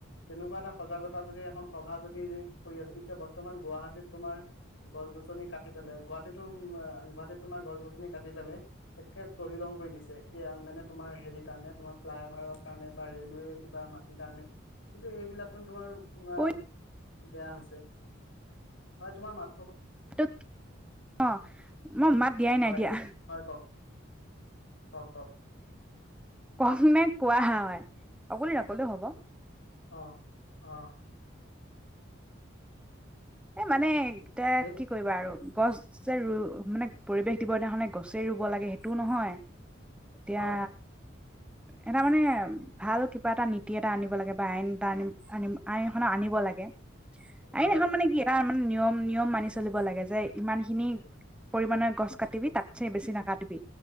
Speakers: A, on the left; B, in the centre.
A: তেনেকুৱা এটা সজাগতা যদি এখন সভা যদি কৰি আছে এতিয়া বৰ্তমান গুৱাহাটীত তোমাৰ গছ-গছনি কাটি পেলাই গুৱাহাটীতো অম গুৱাহাটীত তোমাৰ গছ গছনি কাটি পেলাই একে তহিলং কৰি দিছে। এ মানে তোমাৰ হেৰিৰ কাৰণে তোমাৰ ফ্লাই অভাৰৰ কাৰণে বা ৰেলৱে কিবা মাটি কাৰণে, কিন্তু এইবিলাকটো তোমাৰ অম
B: কৰি
A: বেয়া হৈছে, হয় তোমাৰ মাত
B: <unintelligible> অ মই মাত দিয়াই নাই
A: হয়
B: দিয়া।
A: হয় কওক কওক কওক
B: কম নে কোৱা হা হয় অকলে নকলেও হব
A: অ, অ
B: এ মানে এতিয়া
A: সেই
B: কি কৰিবা আৰু গছ যে ৰু, মানে পৰিৱেশ দিব দিনাখনি গছেই ৰুব লাগে সেইটোও নহয় এতিয়া
A: হয়
B: এটা মানে ভাল কিবা এটা নীতি এটা আনিব লাগে বা আইন এটা আনিম আনিম আইন এখন আনিব লাগে। আ
A: হয়
B: <unintelligible> মানে কি তাৰ মানে নিয়ম নিয়ম মানি চলিব লাগে যে ইমান খিনি পৰিমমানৰ গছ কাটিবি তাতছে বেছি নাকাটিবি